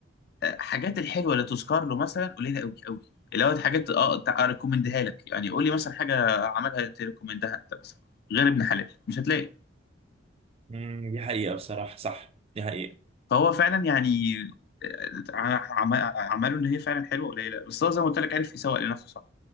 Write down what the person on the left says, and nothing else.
آه، حاجات الحلوه اللي تذكر له مثلا قليله قوي قوي اللي هو حاجات اه تع- اريكومندها لك يعني قول لي مثلا حاجه عملها تريكومندها انت مثلا غير ابن حلال مش هتلاقي
فهو فعلا يعني آه، ع- عم- اعماله اللي هي فعلا حلوه قليله بس هو زي ما قلت لك عارف يسوق لنفسه صح